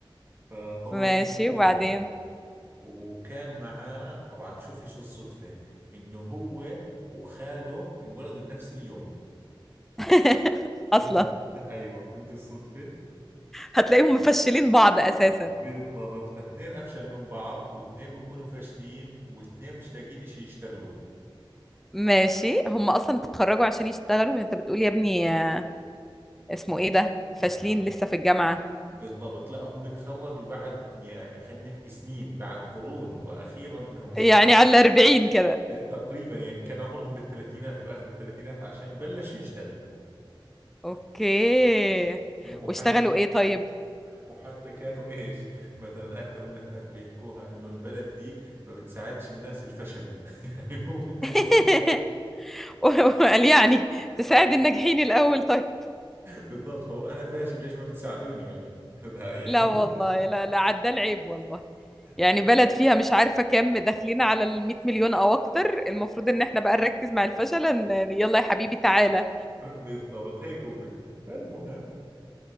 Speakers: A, on the right; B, in the centre.
A: فطول
B: ماشي
A: كثير يعني
B: وبعدين
A: وكان معاه طبعا تشوفي شو الصدفة انه هو وخاله انولدوا بنفس اليوم
B: <laughs> اصلا
A: <laughs> ايوه فهمتي الصدفة
B: هتلاقيهم مفشلين بعض اساسا
A: بالضبط فاثنين افشل من بعض واثنين بيكونوا فاشلين واثنين مش لاقيين اشي يشتغلوه
B: ماشي هم اصلا اتخرجوا عشان يشتغلوا وانت بتقول يا ابني آه، اسمه ايه ده فاشلين
A: مدخل
B: لسه في الجامعة
A: بالضبط لا هم تخرجوا بعد يعني خلينا نحكي سنين بعد قرون واخيرا انهم اشتغلوا
B: يعني على 40 كده
A: تقريبا يعني كان عمرهم بالثلاثينات باخر الثلاثينات عشان بلشوا يشتغلوا
B: اوكي
A: وحتى
B: واشتغلوا ايه طيب
A: وحتى كانوا <laughs> ايش مثلا اكثر النهفات اللي يحكوها انه البلد دي ما بتساعدش الناس الفشلة <laughs> يعني هو بده
B: <laughs>
A: يكون
B: وقال يعني تساعد
A: اه
B: الناجحين الاول طيب
A: بالضبط فهو انا فاشل ليش ما بتساعدوني يعني <laughs> يعني
B: لا
A: هو مختل
B: والله لا لا عدى العيب والله يعني
A: فعلا
B: بلد فيها مش عارفه كام داخلين على ال 100 مليون او اكتر المفروض ان احنا بقى نركز مع الفشل ان يلا يا حبيبي تعالى
A: بالضبط هيك هو بده فالمهم